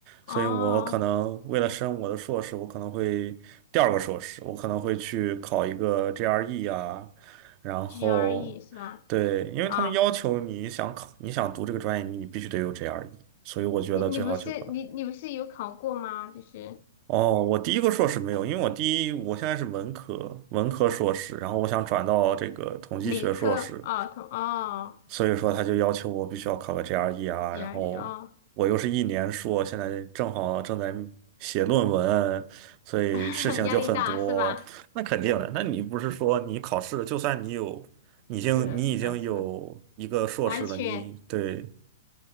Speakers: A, on the right; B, on the left.
A: 所以我可能为了升我的硕士，
B: 哦
A: 我可能会第二个硕士，我可能会去考一个 GRE 啊。然后
B: ，GRE 是吧？
A: 对，因为他们要求你想考，
B: 哦，
A: 你想读这个专业，你必须得有 GRE，所以我觉得最好就考。
B: 你你不是你你不是有考过吗？就是
A: 哦，我第一个硕士没有，因为我第一我现在是文科文科硕士，然后我想转到这个统计学硕士，
B: 理科哦，同哦
A: 所以说他就要求我必须要考个 GRE 啊，
B: ，GRE
A: 然后我又是一年硕，
B: 哦，
A: 现在正好正在写论文，所以事情就很多。
B: <laughs> 压力大是吧？
A: 那肯定的，那你不是说你考试，就算你有，你已经你已经有一个硕士了，
B: 是的，是的，是的，完全。
A: 你对，